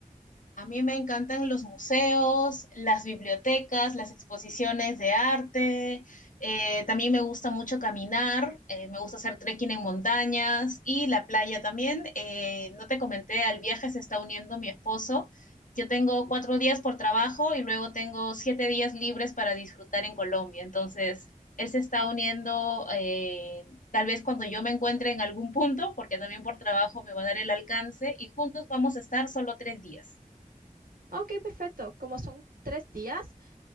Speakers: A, on the left; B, on the right.
A: A mí me encantan los museos, las bibliotecas, las exposiciones de arte. eh, también me gusta mucho caminar, eh, me gusta hacer trekking en montañas y la playa también. Eh, no te comenté, al viaje se está uniendo mi esposo. Yo tengo cuatro días por trabajo y luego tengo siete días libres para disfrutar en Colombia. Entonces, él se está uniendo eh, tal vez cuando yo me encuentre en algún punto, porque también por trabajo me va a dar el alcance y juntos vamos a estar solo tres días.
B: Ok, perfecto. Como son tres días,